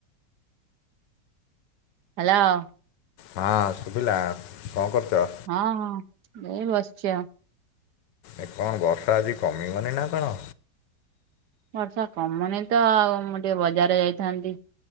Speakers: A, on the right; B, on the left.
A: ହ୍ୟାଲୋ।
B: ହଁ ଶୁଭିଲା କଣ କରୁଛ।
A: ହଁ ହଁ ଏଇ ବସିଛି ଆଉ।
B: ଏ କଣ ବର୍ଷା ଆଜି କମିବନି ନା କଣ।
A: ବର୍ଷା କମୁନି ତ ଆଉ ମୁଁ ଟିକେ ବଜାର ଯାଇଥାନ୍ତି।